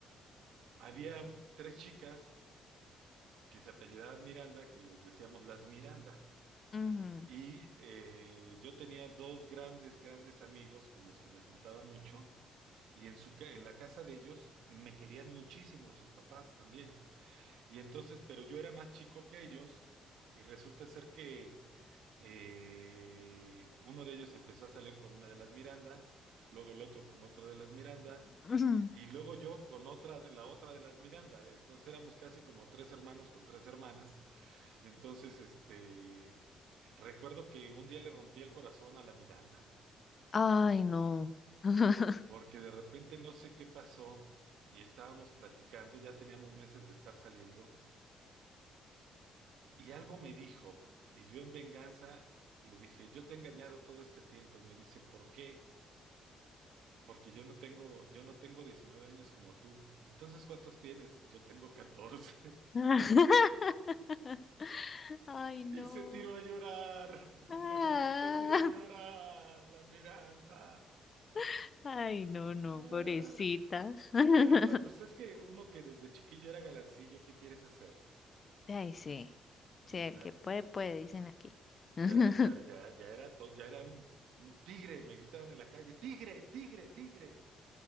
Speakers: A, on the right (about 80°); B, on the left (about 40°).
A: había un- tres chicas que se apellidaban Miranda, que les decíamos las Miranda.
B: Ujú.
A: Y eh, yo tenía dos grandes, grandes amigos con los que me juntaba mucho. Y en su, ca- en la casa de ellos me querían muchísimo, sus papás también. Y entonces, pero yo era más chico que ellos. Y resulta ser que eh, uno de ellos empezó a salir con una de las Mirandas, luego el otro con otro de las Miranda,
B: <clears throat>
A: y luego yo con otra de la otra de las Miranda. Entonces éramos casi como tres hermanos con tres hermanas. Entonces, este, recuerdo que un día le rompí el corazón a la Miranda,
B: Ay, no. <laughs>
A: porque de repente no sé qué pasó y estábamos platicando, ya teníamos meses de estar saliendo, y algo me dijo, y yo en venganza le dije, yo te he engañado todo este tiempo, y me dice, ¿por qué? Porque yo no tengo, yo no tengo 19 años como tú. Entonces, ¿cuántos tienes? Yo tengo 14. <laughs>
B: <laughs> Ay, no.
A: Y se tiró a llorar. <laughs>
B: Ah.
A: Se tiró a llorar la Miranda.
B: <laughs> Ay,
A: Ah.
B: no, no, pobrecita. <laughs>
A: Bueno, pues es que uno que desde chiquillo era galancillo, ¿qué quieres hacer?
B: Ay, sí.
A: Sí,
B: Sí, el
A: ya,
B: que puede, puede, dicen aquí.
A: ya,
B: <laughs>
A: ya, ya, ya era todo, ya era un, un tigre, me gritaban en la calle, tigre, tigre, tigre.